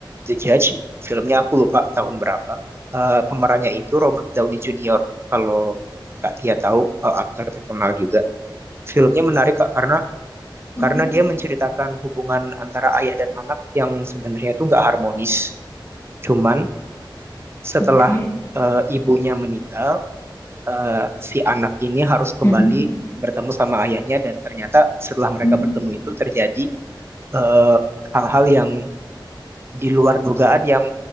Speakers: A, on the right; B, on the left.
A: The Judge filmnya aku lupa tahun berapa Eh pemerannya itu Robert Downey Jr. kalau Kak Tia tahu eh, aktor terkenal juga filmnya menarik Kak karena
B: Mmm,
A: karena dia menceritakan hubungan antara ayah dan anak yang sebenarnya itu nggak harmonis cuman setelah
B: oke.
A: eh, ibunya meninggal, eh, si anak ini harus kembali
B: Mhm,
A: bertemu sama ayahnya dan ternyata setelah mereka
B: mmm,
A: bertemu itu terjadi eh, hal-hal yang di luar dugaan yang